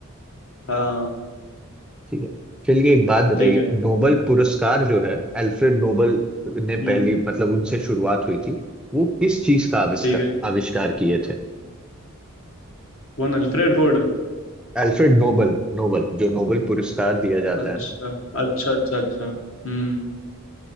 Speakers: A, on the left; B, in the centre.
A: हाँ
B: ठीक है चलिए एक बात बताइए
A: ठीक है
B: नोबल पुरस्कार जो है अल्फ्रेड नोबल ने पहली
A: हम्म
B: मतलब उनसे शुरुआत हुई थी वो किस चीज का आविष्कार
A: ठीक है
B: आविष्कार किए थे
A: कौन अल्फ्रेड फोर्ड
B: अल्फ्रेड नोबल नोबल जो नोबल पुरस्कार दिया जाता
A: अच्छा
B: है ना
A: अच्छा अच्छा अच्छा हम्म